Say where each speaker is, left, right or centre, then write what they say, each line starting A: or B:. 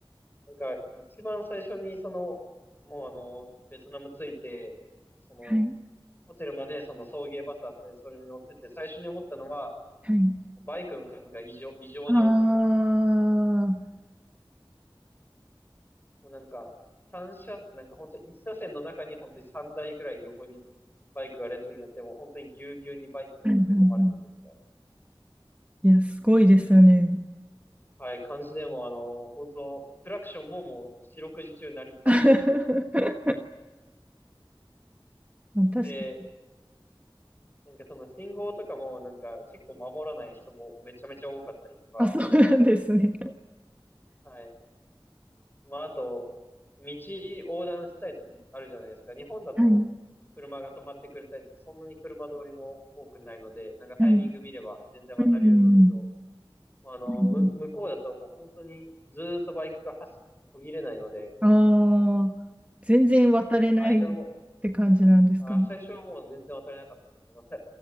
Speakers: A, on the left (about 20°); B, on the right (about 15°).
A: なんか、一番最初に、その、もうあの、ベトナム着いて、その、
B: はい、
A: ホテルまでその送迎バスだったんで、それに乗ってて、最初に思ったのは、
B: はい。
A: バイクの数が異常、異常に多くて、
B: ああ、は
A: もうなんか、三車、なんか本当一車線の中に本当に三台ぐらい横にバイクが列になって、もう本当にぎゅうぎゅうにバイクが詰め込まれててみたいな。
B: いはいはい。いや、すごいですよね。
A: はい、感じでもうあの、本当クラクションももう四六時中鳴りっぱなし。
B: <laughs> 確かに。
A: で、なんかその信号とかもなんか結構守らない人もめちゃめちゃ多かったりとか、
B: あ、そうなんですね。
A: はい。まああと、道横断したい時あるじゃないですか。日本だと
B: はい。
A: 車が止まってくれたりとか、そんなに車通りも多くないので、なんかタイミング見れば全然渡れるんですけど、
B: はい。うん。
A: まあの、
B: はい
A: む、向こうだともう本当にずーっとバイクが走って途切れないので、
B: ああ、全然渡れないっ
A: その間の、
B: て感じなんですかね。
A: あ、最初はもう全然渡れなかったですけど、まあさ